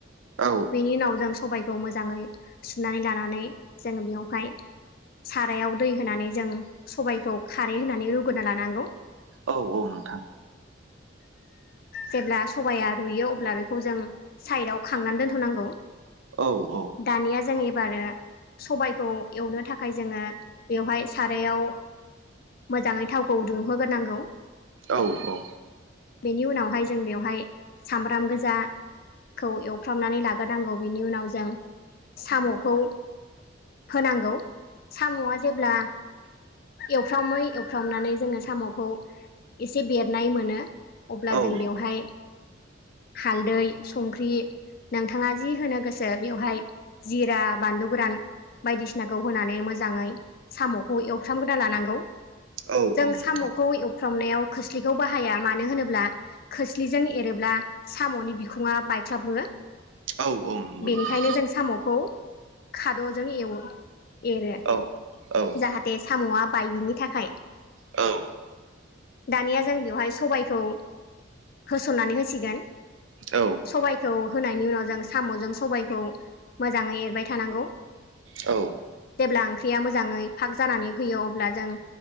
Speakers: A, on the right; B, on the left.
A: औ
B: बेनि उनाव जों सबाय खौ मोजाङै सुनानै लानानै जोङो बेयावहाय सारायाव दै होनानै जों सबायखौ खारै होनानै रुगोना लानांगौ।
A: औ नोंथां
B: जेब्ला सबाया रुयो अब्ला बेखौ जों साइडआव खांनानै दोनथ'नांगौ।
A: औ औ
B: दानिया जों एबारो सबबायखौ एवनो थाखाय जोङो बेवहाय सारायाव मोजाङै थावखौ दुंहोग्रोनांगौ।
A: औ औ
B: बेनि उनावहाय जों बेवहाय सामब्राम गोजा खौ एवफ्रामनानै लाग्रोनांगौ बेनि उनाव जों साम'खौ होनांगौ साम'आ जेब्ला एवफ्रामो एवफ्रामनानै जोङो साम'खौ एसे बेरनाय मोनो अब्ला
A: औ
B: जों बेवहाय हालदै संख्रि नोंथाङा जि होनो गोसो बेवहाय जिरा बानलु गोरान बायदिसिनाखौ होनानै मोजाङै साम'खौ एवफ्रामगोना लानांगौ।
A: औ
B: जों
A: औ
B: साम'खौ
A: नोंथां
B: एवफ्रामनायाव खोस्लिखौ बाहाया मानो होनोब्ला खोस्लिजों एरोब्ला साम'नि बिखुङा बायख्लाबो।
A: औ औ नंगौ
B: बेनिखायनो
A: नोंथां
B: जों साम'खौ खाद'जों एवो एरो।
A: औ औ
B: जाहाथे साम'आ बायैनि थाखाय।
A: औ
B: दानिया जों बेवहाय सबायखौ होसननानै होसिगोन
A: औ
B: सबायखौ होनायनि उनाव जों साम'जों सबायखौ मोजाङै एरबाय थानांगौ
A: औ
B: जेब्ला ओंख्रिया मोजाङै फाग जानानै फैयो अब्ला जों